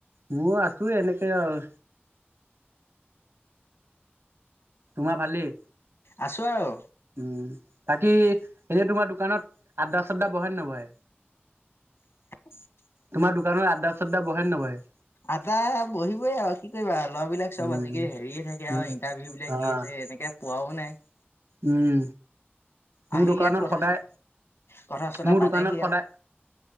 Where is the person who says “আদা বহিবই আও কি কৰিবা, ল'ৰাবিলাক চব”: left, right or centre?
Left